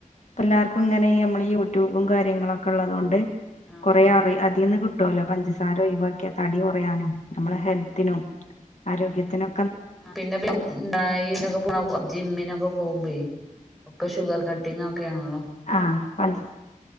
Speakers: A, on the left; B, in the centre.
A: പ്പല്ലാർക്കും ഇങ്ങനെ ഈ നമ്മള് യ ട്യൂബും കാര്യങ്ങളക്കെ ഉള്ളതൊണ്ട്
B: ഉം ആഹ്
A: കൊറെേ അറി അതിന്ന് കി കിട്ടുല്ലോ പഞ്ചസാര ഒഴിവാക്കിയാ തടി കൊറയാനും നമ്മളെ ഹെൽത്തിനും ആരോഗ്യത്തിനൊ
B: പിന്നെ <unintelligible> <unintelligible> ജിമ്മിനൊക്കെ പോകുബെയ് ഒക്കെ ഷുഗർ കട്ടിങ് ഒക്കെയാണല്ലോ.
A: ആഹ് പജ്